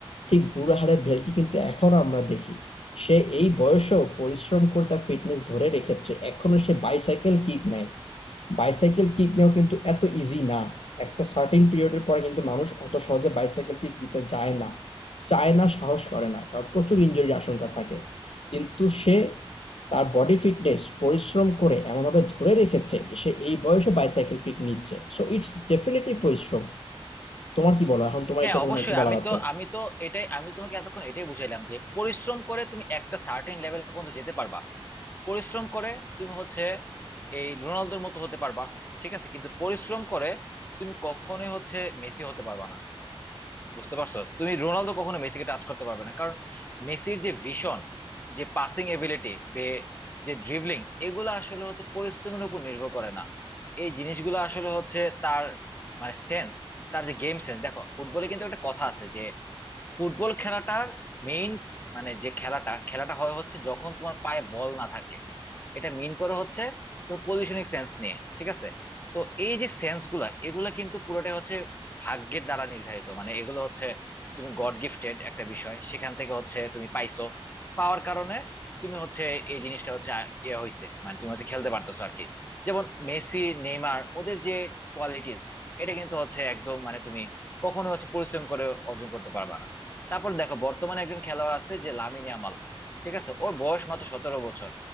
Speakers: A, on the left; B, on the left.
A: ঠিক বুড়ো হাড়ের ভেলকি কিন্তু এখনো আমরা দেখি সে এই বয়সেও পরিশ্রম করে তার ফিটনেস ধরে রেখেছে এখনো সে বাইসাইকেল কিক নেয় বাইসাইকেল কিক নেওয়া কিন্তু এত ইজি না একটা সার্টেন পিরিয়ডের পরে কিন্তু মানুষ অত সহজে বাইসাইকেল কিক দিতে যায় না চায় না সাহস করে না কারণ প্রচুর ইনজুরির আশঙ্কা থাকে কিন্তু সে তার বডি ফিটনেস পরিশ্রম করে এমনভাবে ধরে রেখেছে যে সে এই বয়সে বাইসাইকেল পিক নিচ্ছে সো ইটস ডেফিনেটলি পরিশ্রম তোমার কি বলো এখন তোমার
B: হ্যাঁ
A: ক্ষেত্রে
B: অবশ্যই
A: তোমার কি বলার
B: আমি
A: আছে
B: তো আমি তো এটাই আমি তো তোমাকে এতক্ষণ এটাই বুঝাইলাম যে পরিশ্রম করে তুমি একটা সার্টেন লেভেল পর্যন্ত যেতে পারবা পরিশ্রম করে তুমি হচ্ছে এই রোনালদোর মতো হতে পারবা ঠিক আছে কিন্তু পরিশ্রম করে তুমি কখনোই হচ্ছে মেসি হতে পারবা না বুঝতে পারছো তুমি রোনালদো কখনো মেসিকে টাচ করতে পারবে না কারণ মেসির যে ভিশন যে পাসিং এবিলিটি যে ড্রিবলিং এগুলো আসলে হচ্ছে পরিশ্রমের উপর নির্ভর করে না এই জিনিসগুলো আসলে হচ্ছে তার মানে সেন্স তার যে গেম সেন্স দেখো ফুটবলে কিন্তু একটা কথা আছে যে ফুটবল খেলাটার মেইন মানে যে খেলাটা খেলাটা হয় হচ্ছে যখন তোমার পায়ে বল না থাকে এটা মেইন করে হচ্ছে তোর পজিশনিং সেন্স নিয়ে ঠিক আছে তো এই যে সেন্স গুলা এগুলা কিন্তু পুরোটাই হচ্ছে ভাগ্যের দ্বারা নির্ধারিত মানে এগুলো হচ্ছে তুমি গড গিফটেড একটা বিষয় সেখান থেকে হচ্ছে তুমি পাইছো পাওয়ার কারণে তুমি হচ্ছে এই জিনিসটা হচ্ছে আ- ইয়ে হয়েছে মানে তুমি হচ্ছে খেলতে পারতেছো আর কি যেমন মেসি নেইমার ওদের যে কোয়ালিটিস এটা কিন্তু হচ্ছে একদম মানে তুমি কখনো হচ্ছে পরিশ্রম করে অর্জন করতে পারবা না তারপর দেখো বর্তমানে একজন খেলোয়াড় আছে যে লামিনে ইয়ামাল ঠিক আছে ওর বয়স মাত্র সতেরো বছর